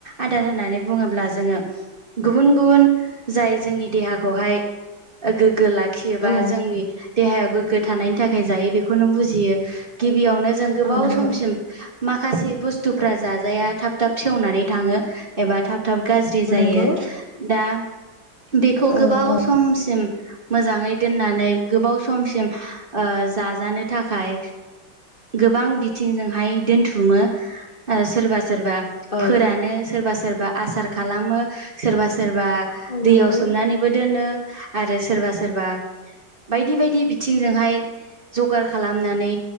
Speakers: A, on the right; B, on the left.
A: आदार होननानै बुङोब्ला जोङो। गुबुन गुबुन जाय जोंनि देहाखौहाय गोग्गो लाखि गियोबा
B: औ
A: जोंनि देहायाव गोग्गो थानायनि थाखाय जायो बेखौनो बुजियो गिबियावनो जों गोबाव
B: औ नंगौ
A: समसिम माखासे बुस्थुफोरा जाजाया थाब थाब सेवनानै थाङो एबा थाब थाब गाज्रि
B: औ
A: जायो
B: नंगौ
A: दा बेखौ
B: औ
A: गोबाव
B: औ
A: समसिम मोजाङै दोननानै गोबाव समसिम जाजानो थाखाय गोबां बिथिंजोंहाय दोनथुमोन सोरबा सोरबा
B: औ
A: फोरानो सोरबा सोरबा आसार खालामो सोरबा सोरबा
B: औ
A: दैयाव
B: नंगौ
A: सोमनानैबो दोनो आरो सोरबा सोरबाखौ बायदि बायदि बिथिंजोंहाया जगार खालामनानै